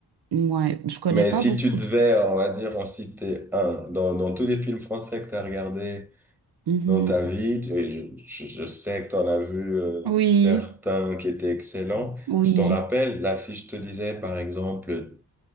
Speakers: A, on the right; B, in the centre.
A: ouais, je connais
B: Mais
A: pas
B: si
A: beaucoup
B: tu devais,
A: de.
B: on va dire, en citer un, dans, dans tous les films français que tu as regardés
A: Mhm.
B: dans ta vie, tu- et je, je, je sais que tu en as vu euh,
A: Oui,
B: certains qui étaient excellents,
A: oui.
B: tu t'en rappelles? Là, si je te disais, par exemple,